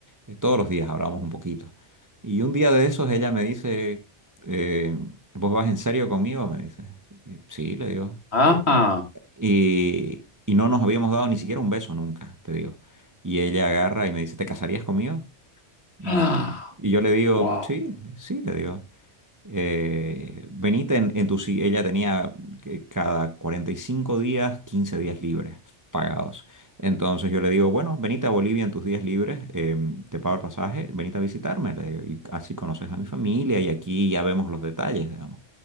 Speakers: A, on the right; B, on the left.
A: Eh, todos los días hablamos un poquito. Y un día de esos ella me dice, eh, ¿vos vas en serio conmigo? Me dice. Y, Sí, le digo.
B: ajá.
A: Y, y no nos habíamos dado ni siquiera un beso nunca, te digo. Y ella agarra y me dice, ¿te casarías conmigo? Mm.
B: Ah,
A: Y
B: <gasps>
A: yo le digo, sí,
B: wow,
A: sí, le digo. Eh, venite en, en tu si- Ella tenía que cada 45 días, 15 días libres pagados. Entonces yo le digo, bueno, venite a Bolivia en tus días libres, eh, te pago el pasaje, venite a visitarme, le digo, y así conoces a mi familia y aquí ya vemos los detalles, digamos.